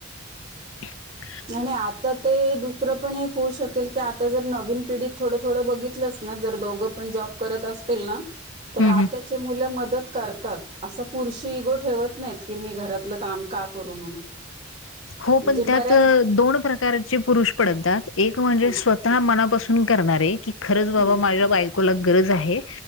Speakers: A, on the left; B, on the right.
A: <inaudible>
B: आणि आता, ते दुसरं पण एक होऊ शकेल की, आता जर नवीन पिढीत, थोडं-थोडं बघि तलंसना, जर दोघं पण जॉब करत असतील ना, तर
A: हं,
B: आत्ताचे
A: हं.
B: मुल मदत कर तात, असं पुरूषी इगो ठेवत नाहीत, की मी घरातलं काम, का करू म्हणून?
A: हो
B: म्हणजे
A: पण त्यात,
B: बऱ्याच
A: अ दोन प्रकारचे पुरुष पडतात, एक म्हणजे
B: ह
A: स्व तः मनापासून करणारे, की खरंच बाबा,
B: ह
A: माझ्या बायकोला गरज आहे,